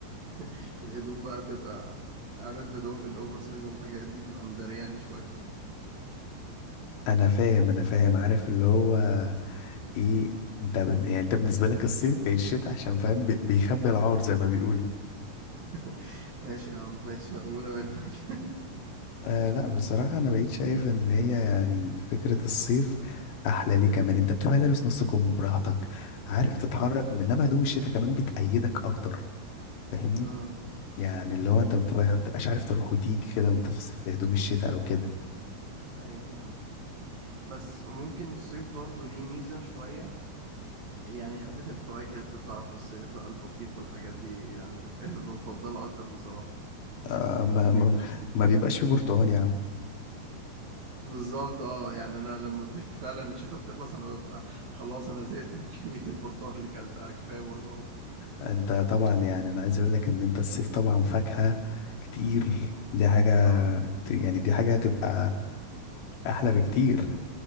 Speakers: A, on the right (about 50°); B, on the left (about 75°).
A: <laughs> الهدوم بقى تبقى عارف هدوم الاوفر سايز والحاجات دي تبقى مدريان شوية
B: أنا فاهم أنا فاهم عارف اللي هو إيه أنت بن... يعني أنت بالنسبة لك الصيف الشتاء عشان فاهم بي- بيخبي العار زي ما بيقولوا
A: <laughs> ماشي يا عم ماشي مقبولة منك
B: آه لأ بصراحة أنا بقيت شايف إن هي يعني فكرة الصيف أحلى ليه كمان أنت بتبقى لابس نص كم براحتك عارف تتحرك
A: <laughs> مم.
B: إنما هدوم الشتاء كمان بتأيدك أكتر فاهمني
A: اه
B: يعني اللي هو انت ما بتبقى- ما بتبقاش عارف تروح وتيجي كده وانت في الصيف- في هدوم الشتاء او كده
A: ايوه ممكن بس وممكن الصيف برضو ليه ميزة شوية يعني حتة الفواكه اللي بتطلع في الصيف بقى البطيخ والحاجات دي يعني <laughs> بفضلها اكتر بصراحة
B: آه، ما,
A: عن الحاجات
B: ما,
A: دي
B: ما بيبقاش في برتقال يا عم
A: بالظبط اه يعني انا لما ب- <laughs> فعلا الشتاء بتخلص انا ببقى خلاص انا زهقت من <laughs> كمية البرتقال اللي كلتها كفاية برتقال
B: انت طبعا يعني انا عايز اقول لك ان انت الصيف طبعا فاكهة كتير دي حاجة
A: اه
B: ت- يعني دي حاجة هتبقى احلى بكتير